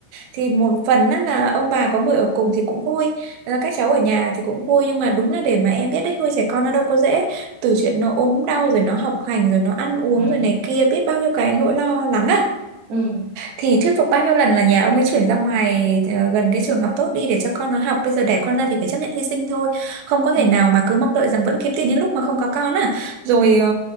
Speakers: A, on the right; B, on the right.
A: thì một phần á là ông bà có người ở cùng thì cũng vui Ờ, các cháu ở nhà thì cũng vui nhưng mà đúng là để mà em biết đấy nuôi trẻ con nó đâu có dễ từ chuyện nó ốm đau rồi nó học hành rồi nó ăn uống
B: ừ
A: rồi này kia biết bao nhiêu cái nỗi lo lắng á
B: ừ
A: thì thuyết phục bao nhiêu lần là nhà ông ấy chuyển ra ngoài ờ, gần cái trường học tốt đi để cho con nó học bây giờ đẻ con ra thì phải chấp nhận hy sinh thôi không có thể
B: ừ
A: nào mà cứ mong đợi rằng vẫn kiếm tiền những lúc mà không có con à rồi
B: ừ
A: ờ,